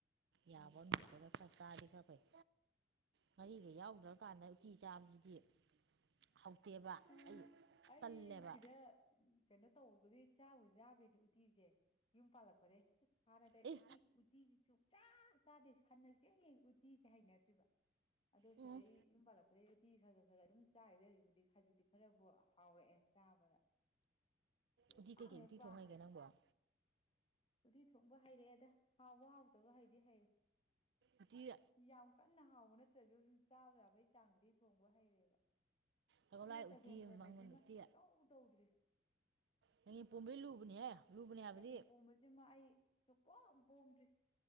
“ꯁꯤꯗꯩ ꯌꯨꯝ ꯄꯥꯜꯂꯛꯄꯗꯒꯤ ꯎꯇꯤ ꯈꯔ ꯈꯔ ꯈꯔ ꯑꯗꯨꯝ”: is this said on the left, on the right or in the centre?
Left